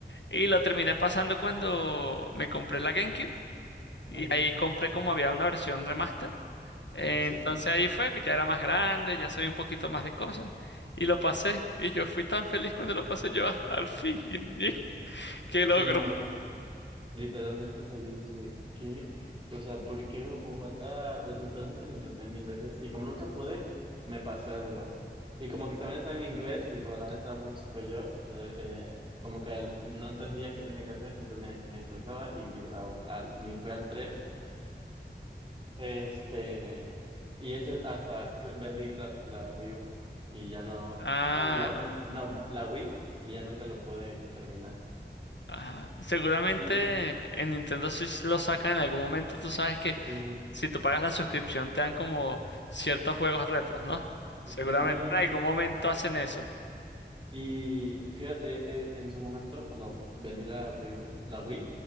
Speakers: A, on the left; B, on the right.
A: Y lo terminé pasando cuando me compré la GameCube y
B: ajá,
A: ahí compré como había una versión remaster. Eh,
B: sí.
A: Entonces ahí fue, ya era más grande, ya sabía un poquito más de cosas y lo pasé. Y yo fui tan feliz cuando lo pasé yo, <laughs> ah, al fin, Dios mío, <laughs> qué logro.
B: Sí, no, literalmente, o sea, yo dije, ¿qué? O sea, ¿por qué no lo puedo matar? O- Literalmente lo intenté mil veces y como nunca pude, me pasé al dos. Y como que también estaba en inglés y como también estaba muy chico yo, yo eh, como que el- no entendía qué tenía que hacer, entonces me, me estresaba y me iba a- al, me fui al tres. Este, y ese hasta que vendí la, la Wii U y ya no,
A: Ah,
B: no, no, la, no, la Wii y ya nunca lo pude terminar.
A: ah, seguramente
B: Y
A: en Nintendo Switch lo sacan en algún momento, tú sabes que
B: sí.
A: si tú pagas la suscripción, te dan como ciertos juegos retros, ¿no? Seguramente
B: ujú.
A: en algún momento hacen eso.
B: Y fíjate, eh, eh, en su momento, cuando vendí la Wii U, la Wii,